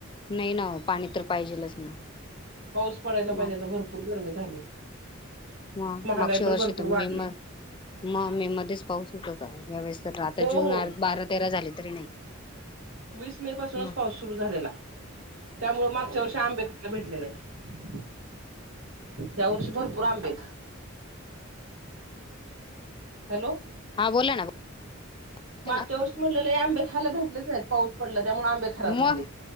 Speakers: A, on the left (about 25°); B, on the right (about 75°).
A: नाही ना हो, पाणी तर पाहिजेलच ना
B: पाऊस पडायला पाहिजे
A: मग
B: आता भरपूर गरमी झाली.
A: हा.
B: महागाई
A: मागच्या
B: पण
A: वर्षी
B: भरपूर
A: तुम्ही
B: वाढली
A: म मग मे मध्येच पाऊस होत होता यावेेळेस तर आता
B: हो
A: जून
B: हो
A: बारा, तेरा झाले तरी नाही.
B: वीस मे पासूनच
A: हं.
B: पाऊस सुरू झालेला. त्यामुळे मागच्या वर्षी आंबे का भेटले नाहीेत? या वर्षी भरपूर आंबे हायत. हॅलो.
A: हा बोला ना. येतोय
B: मागच्या
A: ना
B: वर्षी म्हटलेल आंबे खायला भेटलेच नाहीत. पाऊस पडला त्यामुळे आंबे खराब झाले.
A: मग